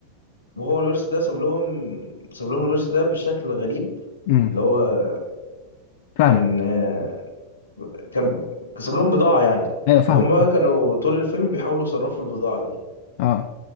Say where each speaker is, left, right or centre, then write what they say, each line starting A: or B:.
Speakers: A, on the left; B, on the left.
A: وهو الورث ده ساب لهم ساب لهم الورث ده بشكل غريب
B: امم
A: اللي هو
B: فاهمة
A: كان آه، كان ساب لهم بضاعة يعني
B: ايوه فاهمة
A: وهم بقى كانوا طول الفيلم بيحاولوا يصرفوا البضاعة دي
B: اه